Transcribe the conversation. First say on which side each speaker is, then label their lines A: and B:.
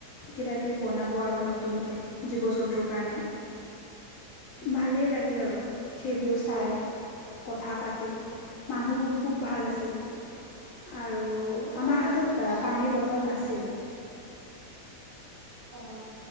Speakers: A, on the left; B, on the right.
A: কিবাকিবি বনাব আৰু নতুনকৈ জীৱ জন্তুৰ কাৰণে
B: উম,
A: ভালেই লাগিল আৰু সেইবোৰ চাই কথা পাতি মানুহবোৰ খুব ভাল আছিল আৰু
B: তহঁতৰ
A: আমাৰ হাতত
B: কোনোবা
A: পানীৰ
B: এনে
A: বটল নাছিল
B: অ